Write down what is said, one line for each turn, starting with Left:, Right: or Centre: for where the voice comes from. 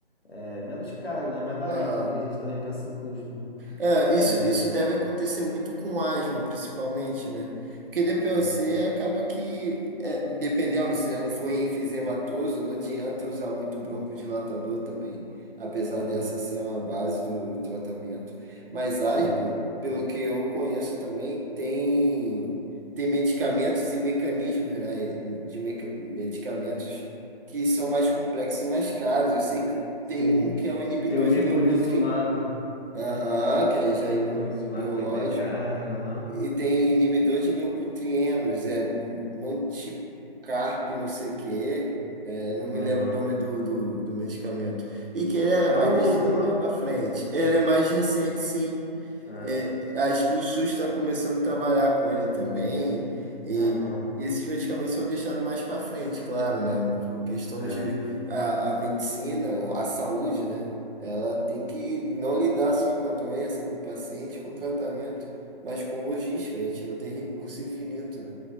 Left: é, menos caro, né? Mais barato,
Right: Aham.
Left: né? Porque a gente também pensa em custo, né?
Right: É, isso,
Left: É.
Right: isso deve acontecer muito com asma, principalmente, né? Porque DPOC
Left: Aham,
Right: acaba que, é, dependendo, se não for enfisematoso, não adianta usar muito broncodilatador também, apesar
Left: aham,
Right: dessa ser uma base do tratamento. Mas asma,
Left: aham.
Right: pelo que eu conheço também, tem, tem medicamentos e mecanismos, né, de meca- medicamentos que são mais complexos e mais caros. Eu sei que
Left: Sim.
Right: tem um que é o inibidor
Left: Tem o Mepolizumab.
Right: de leucotrienina Aham, que aí já
Left: Tem
Right: é
Left: o
Right: imunobiológico.
Left: Mepolizumab que é bem caro. Aham,
Right: E tem inibidor de leucotrienos, é m- Monticarp, não sei o quê. É, não me
Left: aham.
Right: lembro o nome do, do, do medicamento. E que ele é-
Left: É
Right: vai
Left: um
Right: deixando
Left: novo, né?
Right: mais pra frente. Ele é mais recente, sim.
Left: É,
Right: É, acho que o SUS está começando a trabalhar com ele também. E,
Left: Aham.
Right: e esses medicamentos são deixados mais para frente, claro, né? Por questão
Left: É,
Right: de a, a medicina, a saúde, né? Ela tem que não lidar só com a doença, com o paciente, com o tratamento, mas com logística. A gente não tem recurso infinito, né?